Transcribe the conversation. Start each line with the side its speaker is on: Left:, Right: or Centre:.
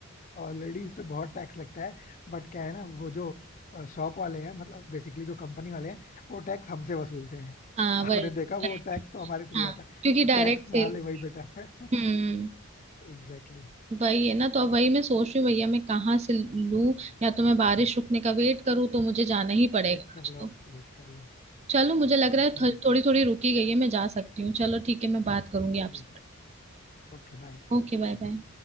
Left: ऑलरेडी इस पे बहुत टैक्स लगता है बट क्या है ना वो जो शॉप वाले हैं मतलब बेसिकली जो कंपनी वाले हैं वो टैक्स हमसे वसूलते हैं
Right: हाँ वही
Left: आपने देखा
Right: वही
Left: वो टैक्स तो हमारे थ्रू
Right: हाँ
Left: जाता है
Right: क्योंकि
Left: तो
Right: डायरेक्ट
Left: टैक्स
Right: सेल
Left: ना ले वही बेटर है
Right: हम्म
Left: एग्जैक्टली
Right: वही है ना तो अब वही मैं सोच रही हूँ भैया मैं कहाँ से लूँ या तो मैं बारिश रुकने का वेट करूँ तो मुझे जाना ही पड़ेगा
Left: वेट <laughs> कर
Right: आज
Left: लो
Right: तो
Left: वेट कर लो
Right: चलो मुझे लग रहा है
Left: ठीक
Right: थोड़ी
Left: है
Right: थोड़ी रुकी गई है मैं जा सकती हूँ चलो ठीक है मैं बात करूंगी
Left: ठीक
Right: आपसे
Left: है Okay bye
Right: Okay bye bye